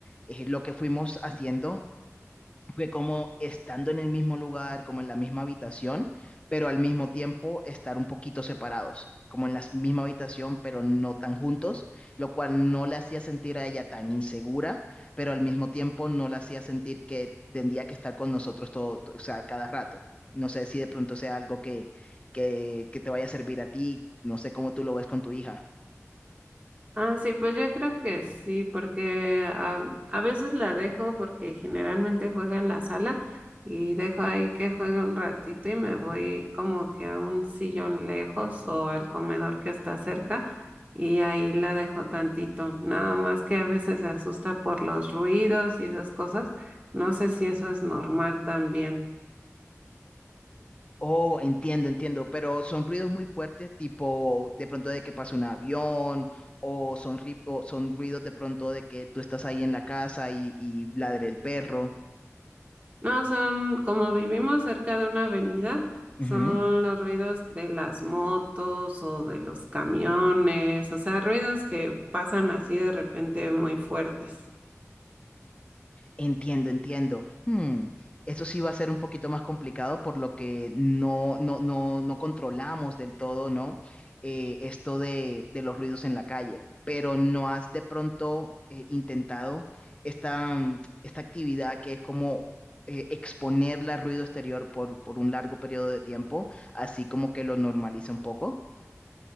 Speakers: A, on the left; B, on the right.
A: Eh, lo que fuimos haciendo que como estando en el mismo lugar, como en la misma habitación, pero al mismo tiempo estar un poquito separados, como en la misma habitación, pero no tan juntos, lo cual no le hacía sentir a ella tan insegura, pero al mismo tiempo no la hacía sentir que tendría que estar con nosotros todo, to- o sea, cada rato. No sé si de pronto sea algo que, que, que te vaya a servir a ti, no sé cómo tú lo ves con tu hija.
B: Ah, sí, pues yo creo que sí, porque a, a veces la dejo porque generalmente juega en la sala y dejo ahí que juegue un ratito y me voy como que a un sillón lejos o al comedor que está cerca y ahí la dejo tantito, nada más que a veces se asusta por los ruidos y esas cosas. No sé si eso es normal también.
A: Oh, entiendo, entiendo, pero son ruidos muy fuertes, tipo de pronto de que pasa un avión, o son, ri- o son ruidos de pronto de que tú estás ahí en la casa y, y ladre el perro.
B: No, son, como vivimos cerca de una avenida, son
A: Ujú.
B: los ruidos de las motos o de los camiones, o sea, ruidos que pasan así de repente muy fuertes.
A: Entiendo, entiendo. Hmm, Eso sí va a ser un poquito más complicado por lo que no, no, no, no controlamos del todo, ¿no? Eh, esto de, de los ruidos en la calle. Pero ¿no has de pronto eh, intentado esta, mm, esta actividad que es como eh, exponerla al ruido exterior por, por un largo periodo de tiempo, así como que lo normaliza un poco?